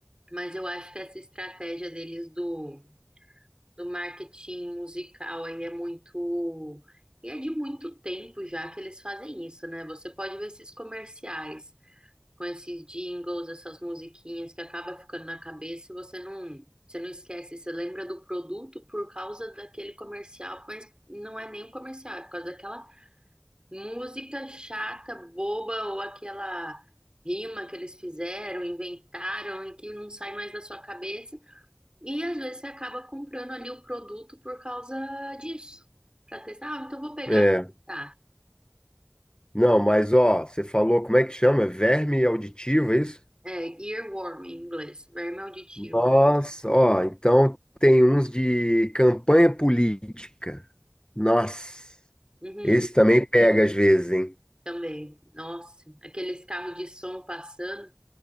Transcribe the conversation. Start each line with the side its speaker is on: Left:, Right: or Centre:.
Right: Mas eu acho que essa estratégia deles do do marketing musical aí é muito. E é de muito tempo já que eles fazem isso, né? Você pode ver esses comerciais com esses jingles, essas musiquinhas que acaba ficando na cabeça e você não, você não esquece, você lembra do produto por causa daquele comercial, mas não é nem um comercial, é por causa daquela música chata, boba ou aquela rima que eles fizeram, inventaram e que não sai mais da sua cabeça. E às vezes você acaba comprando ali o produto por causa disso, para testar. Ah, então vou pegar
Left: É.
Right: para testar.
Left: Não, mas ó, você falou como é que chama? Verme auditivo, é isso?
Right: É, earworm em inglês, verme auditivo.
Left: Nossa, ó, então tem uns de campanha política. Nossa,
Right: Uhum,
Left: esse também pega às vezes, hein?
Right: também. Nossa, aqueles carros de som passando,